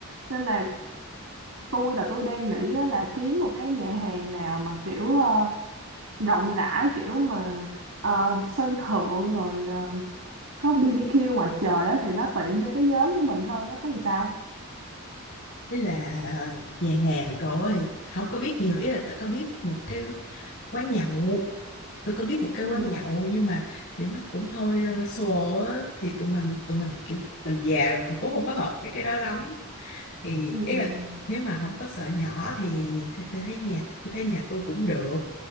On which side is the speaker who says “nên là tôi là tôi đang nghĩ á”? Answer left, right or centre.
Right